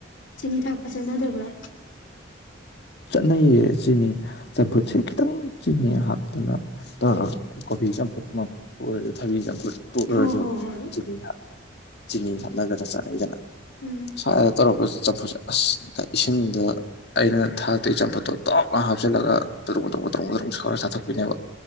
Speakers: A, on the left; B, on the left.
A: ꯆꯤꯅꯤ ꯊꯥꯛꯄ ꯆꯠꯅꯗꯕ꯭ꯔꯣ
B: ꯆꯠꯅꯩꯌꯦ ꯆꯤꯅꯤ ꯆꯝꯐꯨꯠꯁꯦ ꯈꯤꯇꯪ ꯆꯤꯅꯤ ꯍꯥꯞꯇꯅ ꯇꯧꯔ ꯀꯣꯕꯤ ꯆꯝꯐꯨꯠ ꯑꯃꯨ ꯑꯣꯏꯔꯁꯨ ꯊꯕꯤ ꯆꯝꯐꯨꯠꯨ ꯑꯣꯏꯔꯁꯨ
A: ꯍꯣ ꯍꯣ ꯍꯣꯏ
B: ꯆꯤꯅꯤ ꯆꯤꯅꯤ ꯍꯥꯞꯅꯗꯅ ꯆꯠꯅꯩꯗꯅ
A: ꯎꯝ
B: ꯁ꯭ꯋꯥꯏꯗ ꯇꯧꯔꯛꯄ ꯆꯝꯐꯨꯠꯁꯦ ꯑꯁ ꯏꯁꯤꯡꯗ ꯑꯩꯅ ꯊꯛ ꯑꯇꯩ ꯆꯝꯐꯨꯠꯇꯣ ꯇꯣꯞꯅ ꯍꯥꯞꯆꯤꯜꯂꯒ ꯄꯨꯗ꯭ꯔꯨꯛ ꯄꯨꯗ꯭ꯔꯨꯛ ꯄꯨꯗ꯭ꯔꯨꯛ ꯁꯧꯔ ꯆꯥꯊꯣꯛꯄꯤꯅꯦꯕ